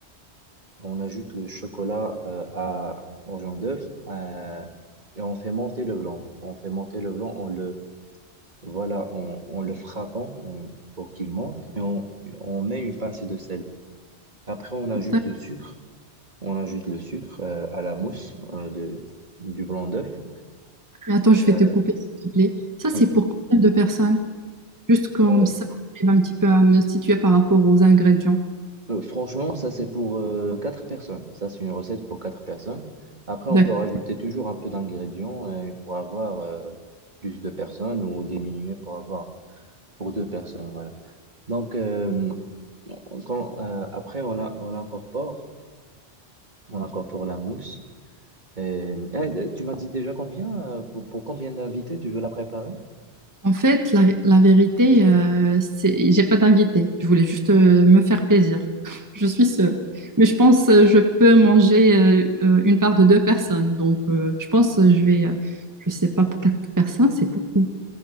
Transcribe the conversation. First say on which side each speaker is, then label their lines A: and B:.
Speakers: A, on the right; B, on the right.
A: On ajoute le chocolat euh, à, au jaune d'œuf euh, et on fait monter le blanc. On fait monter le blanc, on le, voilà, on, on le frappant on- pour qu'il monte et on, on met une pincée de sel. Après, on ajoute
B: D'accord.
A: le sucre. On ajoute le sucre euh, à la mousse euh, de, du blanc d'œuf.
B: Mais Attends, je
A: Euh,
B: vais te couper, s'il te plaît. Ça,
A: oui.
B: c'est pour combien de personnes? Juste comme
A: Euh,
B: ça, j'arrive un petit peu à me situer par rapport aux ingrédients.
A: Euh, franchement, ça c'est pour euh, quatre personnes. Ça c'est une recette pour quatre personnes. Après,
B: D'accord.
A: on peut rajouter toujours un peu d'ingrédients euh, pour avoir euh, plus de personnes ou diminuer pour avoir pour deux personnes. Voilà. Donc euh, quand, euh, après, on a, on incorpore on incorpore la mousse. Et, eh, tu m'as dit déjà combien euh, pour, pour combien d'invités tu veux la préparer?
B: En fait, la, la vérité, euh, c'est, j'ai pas d'invité. Je voulais juste euh, me faire plaisir. <laughs> Je suis seule. Mais je pense euh, je peux manger euh, euh, une part de deux personnes. Donc, euh, je pense euh, je vais, euh, je sais pas, pour quatre personnes, c'est beaucoup.